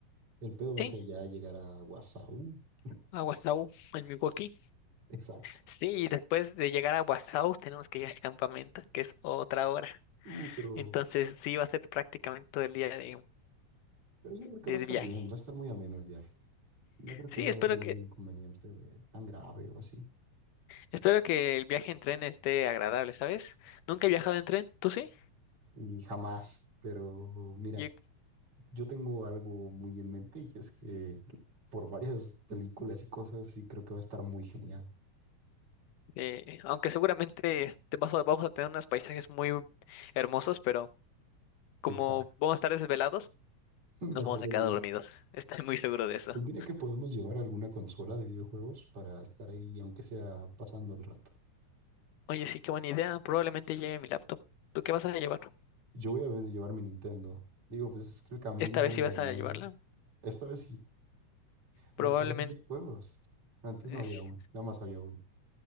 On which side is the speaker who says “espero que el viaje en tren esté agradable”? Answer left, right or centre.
Left